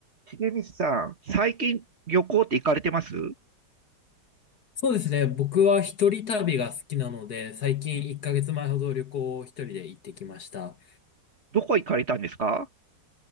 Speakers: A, on the right (about 40°); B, on the left (about 60°).
A: 重光さん、最近旅行って行かれてます
B: そうですね。僕は一人旅が好きなので、最近1ヶ月前ほど旅行を一人で行ってきました。
A: どこ行かれたんですか